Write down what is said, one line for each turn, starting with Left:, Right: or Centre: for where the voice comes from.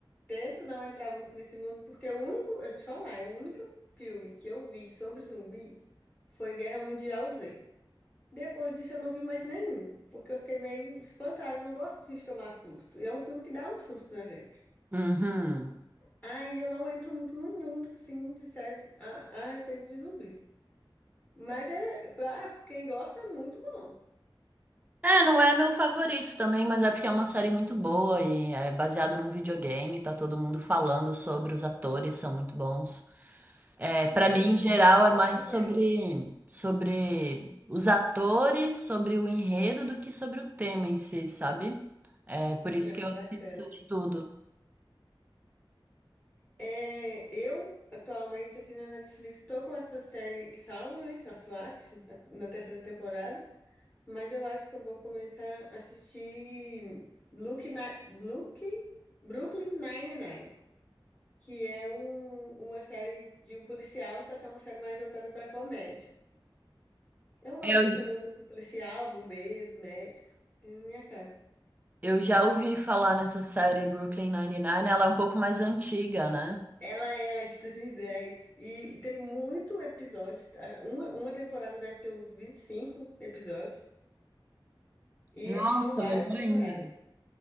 Left: tento não entrar muito nesse mundo, porque o único, eu te falar, é o único filme que eu vi sobre zumbi foi Guerra Mundial Z. Depois disso eu não vi mais nenhum, porque eu fiquei meio espantada, eu não gosto assim, de tomar susto. E é um filme que dá um susto na gente.
Right: Uhum.
Left: Aí eu não entro muito no mundo assim, de séries a, a respeito de zumbis. Mas é pra quem gosta é muito bom.
Right: É, não é meu favorito também, mas é porque é uma série muito boa e é baseada num videogame, tá todo mundo falando sobre, os atores são muito bons. É, para
Left: Aí
Right: mim,
Left: depois
Right: em
Left: eu
Right: geral,
Left: vou dar uma pesquisada.
Right: é mais sobre, sobre os atores, sobre o enredo, do que sobre o tema em si, sabe? É por isso
Left: Não,
Right: que eu assisto
Left: bacana.
Right: de tudo.
Left: É, eu, atualmente, aqui na Netflix, tô com essa série salva, né? A SWAT, a- na terceira temporada. Mas eu acho que eu vou começar a assistir Blue, Blue, Brooklyn Nine-Nine, que é um, uma série de um policial, só que é uma série mais voltada pra comédia. Eu gosto
Right: É, Eu,
Left: desse mundo assim, policial, bombeiros, médicos. É minha cara.
Right: eu já ouvi falar nessa série Brooklyn Nine-Nine, ela é um pouco mais antiga, né?
Left: Ela, ela é de dois mil e dez e tem muito episódios. tá? Uma, uma temporada deve ter uns 25 episódios. E
Right: Nossa,
Left: são várias
Right: melhor
Left: temporadas.
Right: ainda.